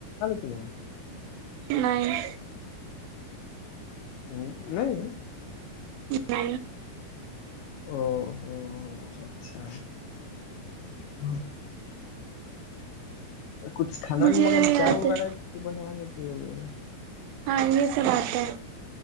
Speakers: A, on the left (about 75°); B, on the right (about 80°).
A: ہو
B: نہیں
A: ا نہیں
B: ہ
A: او ہو اچھا ج ہاں کچھ کھانا
B: مجھے
A: میں مغیر
B: یاد
A: چائے وغیرہ
B: ہے
A: تو بڑیں گے ج وغیرہ
B: ہاں یہ سب بات ہے